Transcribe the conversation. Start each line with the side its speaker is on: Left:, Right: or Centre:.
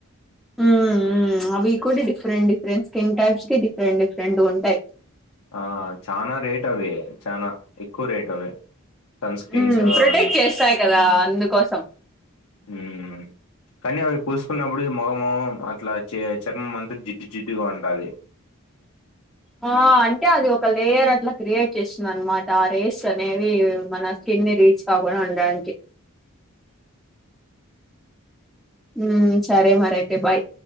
Centre: ఉమ్ ఉమ్ అవి కూడా డిఫరెంట్ డిఫరెంట్ స్కిన్ టైప్స్ కి డిఫరెంట్ డిఫరెంట్ గా ఉంటాయి.
Left: ఆ చానా రేట్ అవి చానా ఎక్కువ రేట్ అవి సన్ స్క్రీన్స్
Centre: మ్ ప్రొటెక్ట్
Left: అవన్నీ
Centre: చేస్తాయి కదా అందుకోసం.
Left: ఉమ్ కానీ అవి పూసుకున్నప్పుడు ముఖము అట్లా చర్మం అంతా జిడ్డు, జిడ్డుగా ఉంటాది.
Centre: ఆ అంటే అది ఒక లేయర్ అట్లా క్రియేట్ చేస్తుంది అన్నమాట. ఆ రేస్ అనేవి మన స్కిన్ ని రీచ్ కాకుండా. ఉండానికి మ్ సరే మరి అయితే బాయ్.